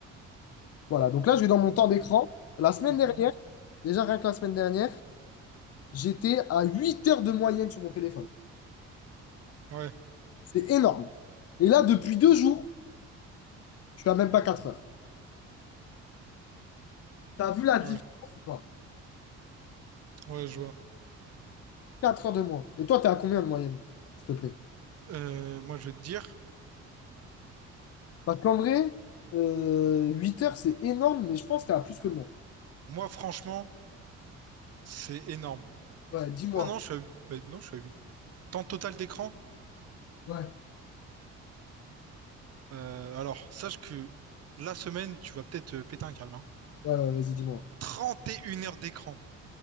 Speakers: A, on the left; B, on the right.
A: Voilà, donc là, je vais dans mon temps d'écran. La semaine
B: Mhm.
A: dernière, déjà rien que la semaine dernière, j'étais à 8 heures de moyenne sur mon téléphone.
B: Ouais,
A: C'est énorme. Et là, depuis deux jours, je suis à même pas 4
B: mmh,
A: heures. T'as vu la différence
B: ouais,
A: ou pas?
B: ouais, je vois.
A: 4 heures de moins. Et toi, t'es à combien de moyenne, s'il te plaît?
B: Euh, moi, je vais te dire,
A: Parce qu'en vrai, euh, 8 heures, c'est énorme, mais je pense que t'as plus que le monde.
B: moi, franchement, c'est énorme.
A: Ouais, dis-moi.
B: Ah non, je suis à 8. Bah, non, je suis à 8. Temps total d'écran?
A: Ouais,
B: Euh, alors, sache que la semaine, tu vas peut-être euh, péter un câble, hein.
A: ouais, ouais, vas-y, dis-moi.
B: trente et une heures d'écran.